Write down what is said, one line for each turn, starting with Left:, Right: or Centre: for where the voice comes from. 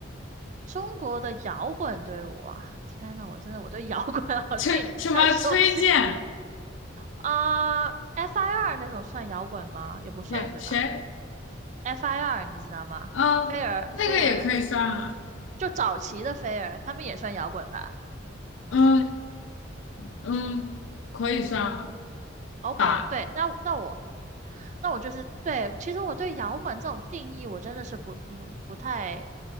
Right: 中国的摇滚队伍啊，天呐，我真的我对摇滚 <laughs> 好像也不太熟悉
Left: <laughs> 崔什么崔健
Right: 啊。FIR 那种算摇滚吗？也不算，
Left: 也谁？
Right: 对吧？FIR 你知道吗？
Left: 嗯，
Right: 飞儿，
Left: 那个也可以算啊，
Right: 飞儿，就早期的飞儿，他们也算摇滚吧？
Left: 嗯嗯，可以算啊
Right: OK，
Left: 吧，
Right: 对，那那我那我就是对，其实我对摇滚这种定义，我真的是不不不太